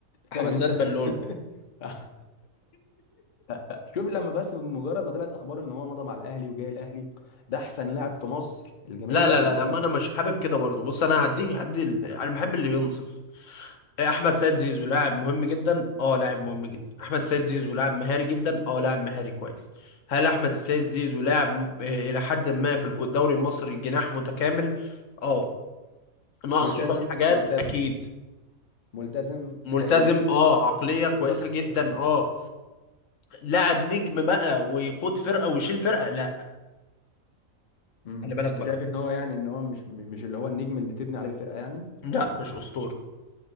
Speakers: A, on the left; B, on the left.
A: احمد
B: فاهم انت
A: سيد
B: <laughs>
A: بالونه
B: ف- ف- شوف لما بس مجرد ما طلعت اخبار ان هو مضى مع الاهلي وجاي الاهلي ده احسن لاعب في مصر الجماهير
A: لا
B: بقى
A: لا لا
B: انت
A: لا
B: فاهم
A: ما انا مش حابب كده برضه بص انا هديك هدي انا بحب اللي ينصف إيه، احمد سيد زيزو لاعب مهم جدا اه لاعب مهم جدا احمد سيد زيزو لاعب مهاري جدا اه لاعب مهاري كويس هل احمد السيد زيزو لاعب م- آه، الى حد ما في الدوري المصري جناح متكامل اه ناقصه
B: ملتزم
A: شويه حاجات
B: ملتزم
A: اكيد
B: ملتزم
A: ملتزم
B: ه-
A: اه عقليه كويسه
B: بالظبط
A: جدا اه لاعب نجم بقى ويقود فرقه ويشيل فرقه لا
B: امم
A: خلي بالك
B: انت
A: بقى
B: شايف ان هو يعني ان هو مش مش اللي هو النجم اللي تبني عليه الفرقه يعني
A: لا مش اسطوره